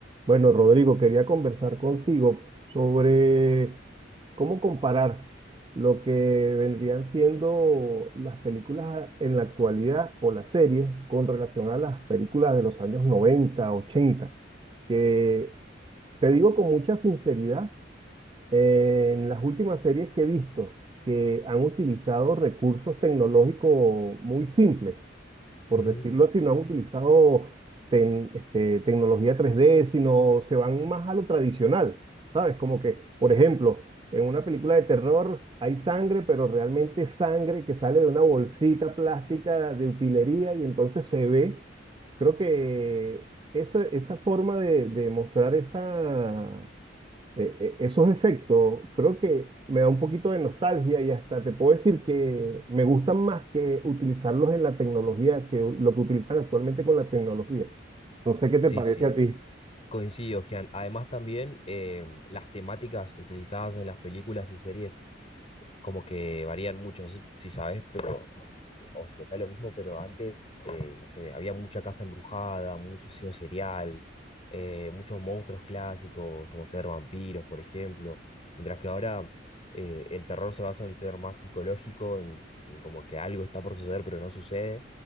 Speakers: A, on the right (about 25°); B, on the left (about 35°).
A: Bueno, Rodrigo, quería conversar contigo sobre cómo comparar lo que vendrían siendo las películas en la actualidad o las series con relación a las películas de los años 90, ochenta. que te digo con mucha sinceridad, en las últimas series que he visto que han utilizado recursos tecnológicos muy simples, por
B: Ujú.
A: decirlo así, no han utilizado ten- este, tecnología 3D, sino se van más a lo tradicional, ¿sabes? Como que, por ejemplo, en una película de terror hay sangre, pero realmente sangre que sale de una bolsita plástica de utilería y entonces se ve. Creo que esa, esa forma de, de mostrar esa, eh, eh, esos efectos creo que me da un poquito de nostalgia y hasta te puedo decir que me gustan más que utilizarlos en la tecnología que lo que utilizan actualmente con la tecnología. No sé qué te
B: Sí,
A: parece
B: sí,
A: a ti.
B: coincido, Gian. Además también eh, las temáticas utilizadas en las películas y series como que varían mucho, no sé si, si sabes, pero, o si te está lo mismo, pero antes, eh, no sé, había mucha casa embrujada, mucho asesino serial, eh, muchos monstruos clásicos, como ser vampiros, por ejemplo, mientras que ahora eh, el terror se basa en ser más psicológico, en, en como que algo está por suceder, pero no sucede,